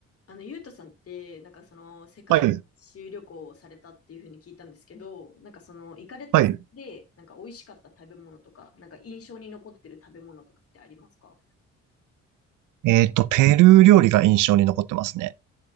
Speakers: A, on the left (about 50°); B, on the right (about 85°).
A: あの、ゆうとさんって、なんかその、世界一周旅行をされたっていうふうに聞いたんですけど、
B: はい、
A: なんかその、行かれた先で、
B: はい。
A: なんか美味しかった食べ物とか、なんか印象に残ってる食べ物とかってありますか
B: えっと、ペルー料理が印象に残ってますね。